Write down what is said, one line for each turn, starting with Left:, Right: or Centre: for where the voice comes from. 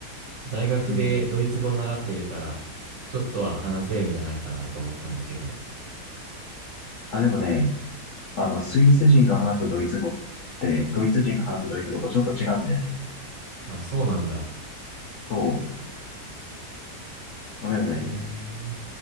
Right: 大学でドイツ語を習っているから、
Left: うん。
Right: ちょっとは話せるんじゃないかなと思ったんだけど。
Left: あ、でもね、あの、スイス人が話すドイツ語って、ドイツ人が話すドイツ語とちょっと違うんだよね。
Right: あ、そうなんだ。
Left: そう。まあでもね、
Right: うーん。